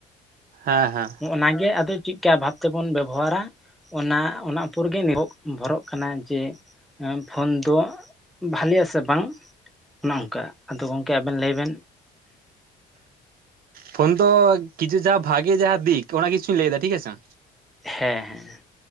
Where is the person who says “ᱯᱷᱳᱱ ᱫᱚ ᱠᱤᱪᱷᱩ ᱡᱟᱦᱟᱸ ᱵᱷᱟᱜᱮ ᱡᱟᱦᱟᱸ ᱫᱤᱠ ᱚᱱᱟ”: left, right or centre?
Right